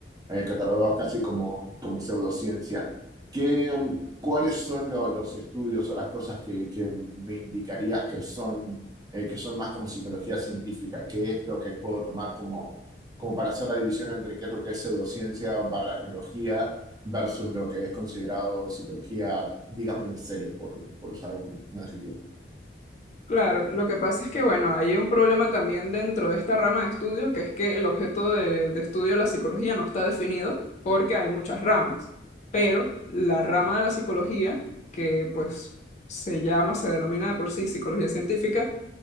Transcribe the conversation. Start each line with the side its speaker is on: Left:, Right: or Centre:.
Right: eh, catalogados casi como, como pseudociencia. ¿Qué, um, cuáles son lo- los estudios o las cosas que, que me indicarías que son, eh, que son más como psicología científica? ¿Qué es lo que puedo tomar como, como para hacer la división entre qué es lo que es pseudociencia barra astrología versus lo que es considerado psicología, digamos, en seria, por, por usar un, un adjetivo?
Left: Claro, lo que pasa es que, bueno, hay un problema también dentro de esta rama de estudio, que es que el objeto de, de estudio de la psicología no está definido porque hay muchas ramas, pero la rama de la psicología, que pues se llama, se denomina de por sí psicología científica,